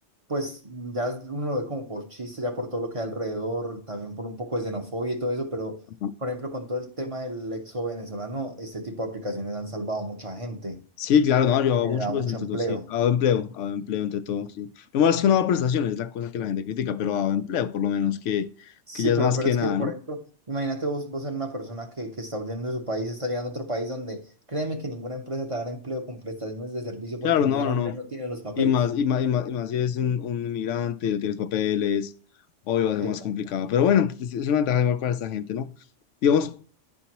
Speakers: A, on the right; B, on the left.
A: pues ya uno lo ve como por chiste, ya por todo lo que hay alrededor, también por un poco de xenofobia y todo eso, pero
B: Ajá.
A: por ejemplo, con todo el tema del exo venezolano, este tipo de aplicaciones han salvado a mucha gente,
B: Sí, claro, no, yo
A: han
B: hago
A: generado
B: mucho, pues
A: mucho
B: entre
A: empleo.
B: todo, sí, hago empleo, hago empleo entre todo, sí. Lo malo es que no hago prestaciones, es la cosa que la gente critica, pero hago empleo, por lo menos, que,
A: Sí,
B: que ya
A: pero,
B: es más
A: pero
B: que
A: es
B: nada,
A: que, por
B: ¿no?
A: ejemplo, imagínate vos, vos ser una persona que, que está huyendo de su país, está llegando a otro país donde créeme que ninguna empresa te dará empleo con prestaciones de servicio
B: Claro,
A: porque la
B: no, no,
A: mayoría
B: no.
A: no tiene los papeles.
B: Y más, y más, y más, y más si eres un, un inmigrante, no tienes papeles, obvio va a ser más
A: Epa,
B: complicado. Pero bueno, es es una ventaja igual para esta gente, ¿no? Digamos,